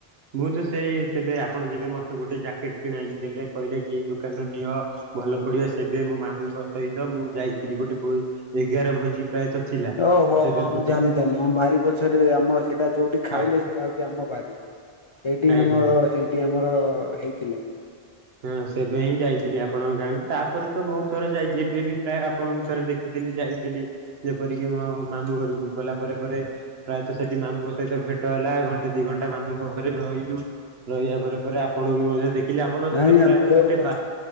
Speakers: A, on the right; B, on the left.
A: ମୁଁ ତ ସେଇ ସେବେ ଆପଣ, ଯେବେ ମତେ ଗୋଟେ ଜ୍ୟାକେଟ କିଣାଇକି ଦେଲେ କହିଲେ କି ଏଇ ଦୋକାନରୁୁ ନିଅ। ଭଲ ପଡିବ ସେବେ ମୋ ମାମୁଙ୍କ ସହିତ ମୁଁ ଯାଇଥିଲି। ଗୋଟେ ଭୋ ଏଗାର ଭୋଜି ପ୍ରାୟତଃ ଥିଲା
B: ଓ ହୋ
A: ସେବେ
B: ହଁ
A: ଭୋଜି
B: ମୁଁ ଜାଣିଲି ଜାଣିଲି, ଆମ ବାରି ପଛରେ ଆମ ସେଇଟା ଯୋଉଠି ଖାଇଲେ
A: ଆ
B: ସେଟା ହଉଛି ଆମ ବାରି। ସେଇଠି
A: ଆଜ୍ଞା।
B: ଆମର ସେଇଠି ଆମର ହେଇଥିଲା।
A: ହଁ ସେବେ ହିଁ ଯାଇଥିଲି ଆପଣଙ୍କ ଗାଁକୁ। ତାପରେ ତ ବହୁତ ଥର ଯାଇଛି ।ଏବେ ବି ପ୍ରାୟ ଆପଣଙ୍କୁ ଥରେ ଦେଖିଥିଲି ଯାଇଥିଲି ଯେପରିକି ମାମ ମଁ ଘରକୁ ଗଲା ପରେ ପରେ ପ୍ରାୟତଃ ସେଠି ମାମୁଙ୍କ ସହିତ ଭେଟ ହେଲା ।ଘଣ୍ଟେ ଦି ଘଣ୍ଟା ମାମୁଙ୍କ ଘରେ ରହି ରହିବା ପରେ ପରେ ଆପଣ ବି ମଧ୍ୟ ଦେଖିଲେ। ଆପଣଙ୍କ
B: ନାଇଁ
A: ସହିତ
B: ନା
A: ପ୍ରାୟତଃ
B: ମୋ
A: ଗୋଟେ
B: କ
A: ବା